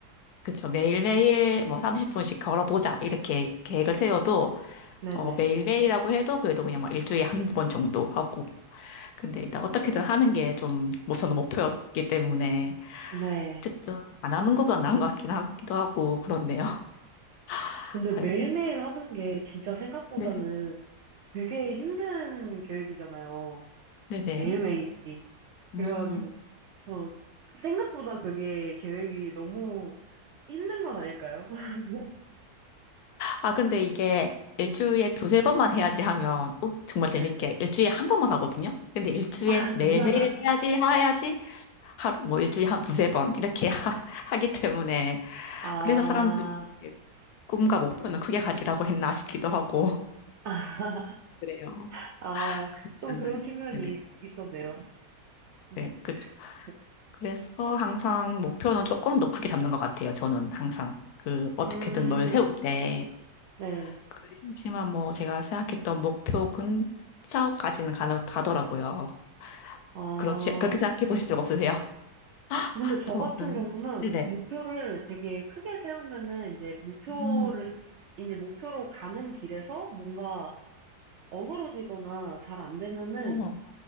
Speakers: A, on the left; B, on the right.
A: 그쵸. 매일매일 뭐 30분씩 걸어보자. 이렇게 계획을 세워도
B: 네네.
A: 어, 매일매일이라고 해도 그래도 그냥 막 일주일에 한 번 정도 하고. 근데 일단 어떻게든 하는 게 좀, 뭐 저는 목표였기 때문에
B: 네.
A: 어쨌든 안 하는 것보다 나은 것 같긴 하기도 하고 그렇네요. <laughs>
B: 근데 매일매일
A: 아이고,
B: 하는 게 진짜 생각보다는
A: 네네,
B: 되게 힘든 계획이잖아요.
A: 네네.
B: 매일매일이.
A: 음,
B: 그래가지고, 어, 생각보다 그게 계획이 너무 힘든 건 아닐까요? <laughs>
A: 아 근데 이게 일주일에
B: 음,
A: 두세 번만 해야지 하면 어, 정말
B: 네.
A: 재밌게 일주일에 한 번만 하거든요. 근데 일주일에
B: 아, <laughs>
A: 매일매일 해야지 해야지 하루 뭐 일주일에 한 두세 번 이렇게 <laughs> 하, 하기 때문에
B: 아,
A: 그래서 사람들이 꿈과 목표는 크게 가지라고 했나 싶기도 하고
B: <laughs>
A: 그래요.
B: 아,
A: 그렇지
B: 또
A: 않나요?
B: 그런 측면이
A: 네네,
B: 있었네요. 음,
A: 네, 그렇죠.
B: 네.
A: 그래서 항상 목표는 조금 더 크게 잡는 것 같아요. 저는 항상 그 어떻게든
B: 음,
A: 뭘 세울 때.
B: 네.
A: 그렇지만 뭐 제가 생각했던 목표 근처까지는 가나, 가더라고요.
B: 어,
A: 그렇지 그렇게 생각해 보신 적 없으세요? <laughs>
B: 근데 저
A: 저는
B: 같은 경우는
A: 네네.
B: 목표를 되게 크게 세우면은 이제 목표를,
A: 음,
B: 이제 목표로 가는 길에서 뭔가 어그러지거나 잘 안 되면은,
A: 어,